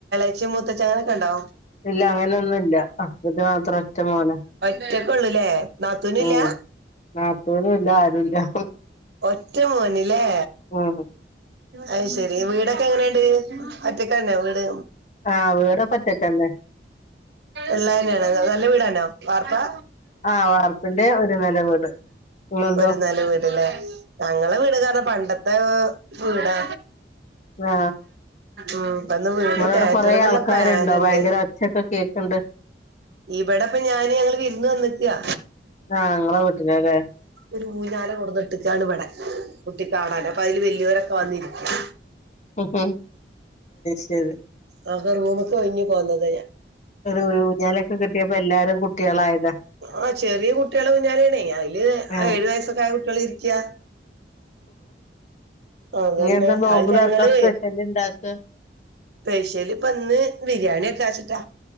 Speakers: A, on the right; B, on the left.
A: ച്ചിയും മുത്തച്ചനൊക്കണ്ടോ
B: ഇല്ലാ അങ്ങനെയൊന്നൂല്ലാ ഹസ്ബൻഡ് മാത്രം ഒറ്റ മോനാ
A: ഒറ്റക്കോള്ളുല്ലേ നാത്തൂന്ല്ലാ
B: ഉം നാത്തൂനും ഇല്ലാ ആരൂല്ലാ
A: ഒറ്റ മോന്ല്ലേ
B: ഉം
A: അയ് ശരി വീടൊക്കെ എങ്ങനേണ്ട് ഒറ്റക്കന്നെ വീട്
B: ആഹ് വീടൊക്കെ ഒറ്റക്കന്നെ
A: ഇള്ളേനാണോ നല്ല വീടാണോ വാർപ്പാ
B: ആഹ് വാർപ്പിന്റെ ഒരു നെല വീട് ഇങ്ങൾതോ
A: ഒരു നെല വീട്ല്ലേ ഞങ്ങളെ വീടൊക്കർഞാ പണ്ടത്തെ വീടാ
B: ആ
A: ഉം. ഇപ്പന്ന് വീട്
B: നിങ്ങളവിടെ
A: കയറ്റണംന്നുള്ള
B: കൊറേ ആൾക്കാരുണ്ടോ
A: പ്ലാന്
B: ഭയങ്കര
A: ണ്ട്.
B: ഒച്ചയൊക്കെ കേക്കണ്ട്
A: ഇവിടപ്പ ഞാന് ഞങ്ങള് വിര്ന്ന് വന്നക്കാ.
B: ആ നിങ്ങളെ വീട്ടിലല്ലേ
A: ഒരു ഊഞ്ഞാല കൊട്ന്നിട്ടക്കാണ് വടെ. കുട്ടിക്ക് ആടാൻ അപ്പൊ അയ്ല് വല്യോരൊക്കെ വന്നിരിക്ക്യാ.
B: അത് ശരി.
A: ആ ഹ റൂമ്ക്ക് ഒഴിഞ്ഞി പോന്നത ഞാ
B: ഒരു ഊ ഊഞ്ഞാലൊക്കെ കിട്ടിയപ്പോ എല്ലാരും കുട്ടികളായത
A: ആ ചെറിയ കുട്ടാളെ ഊഞ്ഞാലാണേ അയില്
B: ആ.
A: ഏഴു വയസൊക്ക ആയ കുട്ട്യാള് ഇരിക്ക്യാ അതന്നെ
B: ഇനി എന്താ നോമ്പതൊർക്കാ
A: അത് ഞങ്ങള്
B: സ്പെഷല് ഇണ്ടാക്കാ
A: സ്പെഷല് ഇപ്പന്ന് ബിരിയാണിക്കാച്ചിട്ടാ